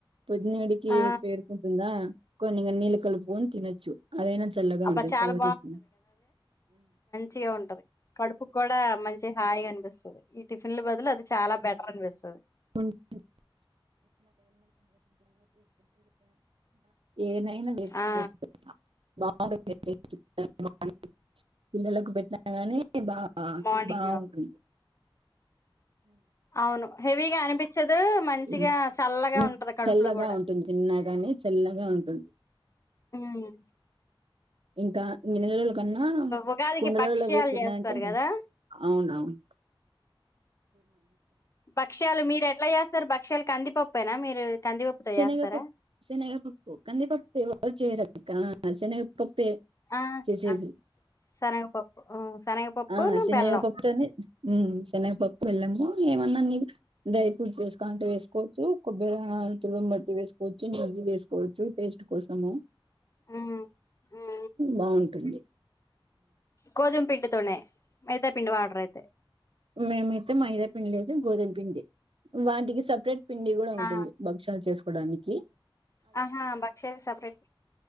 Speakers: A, on the right; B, on the left.
A: పొద్దున్నేడికి
B: ఆ!
A: పేరుకుంటుందా కొన్నిగ నీళ్ళు కలుపుని తినచ్చు. అదైనా చల్లగా
B: అబ్బా!
A: ఉంటది
B: చాలా
A: చల్వ చేస్తున్న
B: చిగా ఉంటది కడుపుక్ కూడా మంచి హాయిగ అన్పిస్తది. ఈ టిఫిన్లు బదులు అది చాలా బెటర్ అన్పిస్తది.
A: <unintelligible> ఏనైనా మిర్చి
B: ఆ!
A: పోట్ బాగుంది టేస్ట్ చాలా బాగుంది పిల్లలకు పెట్టినా గాని అంటే బాగా
B: మార్నింగ్
A: బాగుంటుం
B: అవును హెవీ అనిపి పించదు మంచిగా
A: ఉమ్
B: చల్లగా
A: హ్మ్.
B: ఉంటది కడుపులో
A: చల్లగా
B: గుడా
A: ఉంటుంది తిన్నాగాని చల్లగా ఉంటుంది
B: మ్
A: ఇంకా గిన్నెలలోలో కన్నా
B: ఉగాదికి
A: కుండలలో
B: భక్ష్యాలు
A: వేసి పెట్టినాంటే
B: జేస్తారు గదా!
A: అవున్ అవున్
B: భక్ష్యాలు మీరెట్ల చేస్తరు భక్ష్యాల్ కంది పప్పేనా మీరు కందిపప్పుతో
A: శనగ
B: జేస్తారా?
A: పప్ శనగ పప్పు కంది పప్పుతో ఎవరు చేయరక్క శనగ పప్ ప్పే
B: ఆ!
A: చేసేది.
B: ఆ! శనగపప్పు శనగపప్పును,
A: ఆ శనగ
B: బెల్లం.
A: పప్పుతోనే మ్ శనగపప్ బెల్లము ఏమన్నా నీకు డ్రై ఫ్రూట్స్ వేస్కో అంటే వేస్కోవచ్చు కొబ్బర తురుమ్ బట్టి వేస్కోచ్చు నీ గీ వేస్కోవచ్చు టేస్ట్ కోసము
B: హ్మ్. హ్మ్.
A: బాగుంటుంది.
B: గోధుమ్ పిండితోనే మైదా పిండి వాడరైతే
A: మేమైతే మైదా పిండి లేదు గోధుమ్ పిండి వాటికి సపరేట్ పిండి గుడా ఉంటుంది
B: ఆ!
A: భక్ష్యాల్ చేస్కోడానికి
B: అహ భక్ష్యాల్ సపరేట్